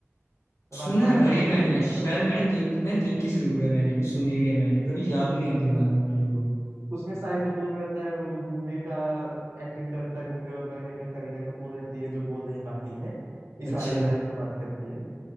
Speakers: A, on the left (about 80°); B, on the right (about 70°).
A: सुना
B: राजपाल
A: है
B: यादव
A: भाई ये मैंने
B: का सीन
A: शायद
B: था
A: मैंने देख मैंने देखी जरूर है मैंने भी सुनी भी है मैंने पर अभी याद नहीं आ रही दिमाग में मेरे को
B: उसमें शाहिद कपूर रहता है वो जो गूंगे का एक्टिंग करता है गूंगे और बहरे का करीना कपूर रहती है जो बोल नहीं पाती है इशारे
A: अच्छा
B: इशारे में बात करती है